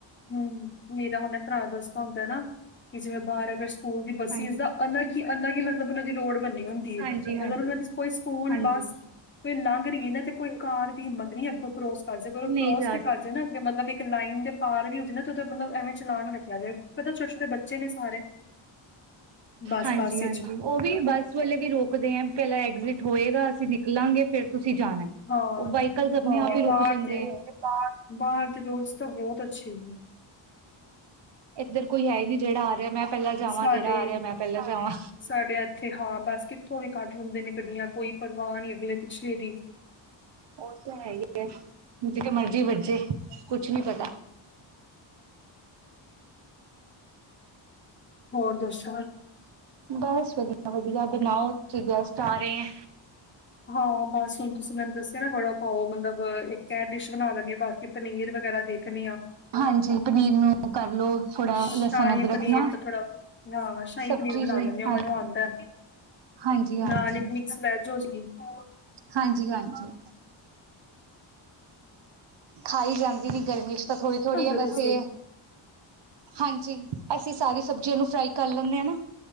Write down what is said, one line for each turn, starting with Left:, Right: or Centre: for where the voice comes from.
Left: ਹਮ, ਮੇਰਾ ਹੁਣੇ ਭਰਾ ਦਸਦਾ ਹੁੰਦਾ ਨਾ, ਕਿ ਜਿਵੇਂ ਬਾਹਰ ਅਗਰ ਸਕੂਲ ਦੀ ਬੱਸਿਸ
Right: ਹਾਂਜੀ
Left: ਦਾ ਇਨਾ ਅਲੱਗ- ਅਲੱਗ ਦੀ ਰੋਡ ਬਣੀ ਹੁੰਦੀ
Right: ਹਾਂਜੀ
Left: ਏ,
Right: ਹਾਂਜੀ
Left: ਅਗਰ ਉਹਨਾਂ ਦੀ ਕੋਈ ਸਕੂਲ
Right: ਹਾਂਜੀ
Left: ਬੱਸ ਕੋਈ ਲਾਂਘ ਰਹੀ ਨਾ ਤੇ, ਕੋਈ ਕਾਰ ਹਿਮਤ ਨ ਅੱਗੋਂ ਕਰੋਸ ਅਜੇ ਕੋਲ
Right: ਨਹੀਂ
Left: ਕਰੋਸ
Right: ਜਾ
Left: ਵੀ
Right: ਸਕਦੇ
Left: ਕਰ ਜੇ ਨਾ, ਅੱਗੇ ਮਤਲਬ ਇੱਕ ਲਾਈਨ ਦੇ ਪਾਰ ਵੀ ਹੋ ਜਾਏ ਤੇਦੇ ਮਤਲਬ ਐਵੇਂ ਚਲਾਨ ਕਟਿਆ ਜਾਵੇ ਪਤਾ ਛੋਟੇ- ਛੋਟੇ ਬੱਚੇ ਨੇ ਸਾਰੇ ਬੱਸ
Right: ਹਾਂਜੀ-
Left: ਬੱਸ
Right: ਹਾਂਜੀ
Left: ਵਿੱਚ
Right: ਉਹ ਵੀ ਬੱਸ ਵੇਲੇ ਵੀ ਰੋਕਦੇ ਆ, ਪਹਿਲਾਂ ਐਗਜਿਟ ਹੋਏਗਾ, ਅਸੀਂ ਨਿਕਲਾਂਗੇ, ਫੇਰ ਤੁਸੀਂ ਜਾਣਾ
Left: ਹਾਂ
Right: ਓ ਵਾਈਕਲ ਦਬਿਆਂ,
Left: ਨਹੀਂ ਨਹੀਂ
Right: ਵੀ
Left: ਬਾਹਰ
Right: ਰੁਕ ਜਾਂਦੇ
Left: ਦੇ
Right: ਆ ਪਾ
Left: ਬਾਹਰ ਦੇ, ਰੂਲਸ, ਤਾਂ ਬਹੁਤ ਅੱਛੇ
Right: ਇੱਧਰ ਕੋਈ ਹੈ ਹੀ ਨਈ, ਜਿਹੜਾ ਆ ਰਿਹਾ ਮੈਂ ਪਹਿਲਾਂ ਜਾਵਾਂ,
Left: ਸਾਡੇ
Right: ਜਿਹੜਾ ਆ ਰਿਹਾ ਮੈਂ ਪਹਿਲਾਂ ਜਾਵਾਂ
Left: ਸਾਡੇ ਇੱਥੇ ਹਾਂ ਬਸ ਕਿੱਥੋਂ ਵੀ ਕੱਢ ਲੈਂਦੇ ਨੇ, ਗੱਡੀਆਂ ਕੋਈ ਪਰਵਾਹ ਨਈ, ਅਗਲੇ ਪਿੱਛੇ ਦੀ
Right: ਉਹ ਤਾਂ ਹੈ ਏ, ਜਿਥੇ ਮਰਜ਼ੀ ਵੱਜੇ ਕੁਛ ਨੀ ਪਤਾ
Left: ਹੋਰ ਦੱਸੋ?
Right: ਬਸ ਵਧੀਆ- ਵਧੀਆ ਬਣਾਓ ਤੁ ਗੈਸਟ ਆ ਰਹੇ ਐ
Left: ਹਾਂ, ਬਸ। ਹੁਣ ਤੁਸੀਂ ਮੈਨੂੰ ਦੱਸਿਆ ਨਾ ਵੜਾ-ਪਾਓ, ਮਤਲਬ ਇੱਕ ਇਹ ਡਿਸ਼ ਬਣਾ ਲੈਣੀ, ਬਾਕੀ ਪਨੀਰ ਵਗੈਰਾ ਦੇਖਣੀ ਆ
Right: ਹਾਂਜੀ, ਪਨੀਰ ਨੂੰ ਕਰਲੋ ਥੋੜਾ
Left: ਸ਼ਾਹੀ
Right: ਲਸਣ ਅਦਰਕ
Left: ਪਨੀਰ,
Right: ਨਾ
Left: ਦਾ ਥੋੜਾ ਹਾਂ ਸ਼ਾਹੀ
Right: ਸਬਜ਼ੀ
Left: ਪਨੀਰ ਬਣਾ,
Right: ਲਈ
Left: ਦਿੰਨੀਂ ਆ
Right: ਹਾਂਜੀ
Left: ਓ ਮੈਨੂੰ ਆਦਾ
Right: ਹਾਂਜੀ ਹਾਂਜੀ
Left: ਨਾਲ ਇੱਕ, ਮਿਕਸ ਵੈਜ ਹਾਂ।
Right: ਹਾਂਜੀ ਹਾਂਜੀ ਖਾਈ ਜਾਂਦੀ ਨਈ ਗਰਮੀ ਚ, ਤਾਂ ਥੋੜ੍ਹੀ-ਥੋੜੀ ਆ ਵੈਸੇ।
Left: ਹੋ ਤੁਸੀਂ
Right: ਹਾਂਜੀ। ਅਸੀਂ ਸਾਰੀ, ਸਬਜ਼ੀਆਂ ਨੂੰ ਫ੍ਰਾਈ ਕਰ ਲੈਂਨੇ ਆ ਨਾ।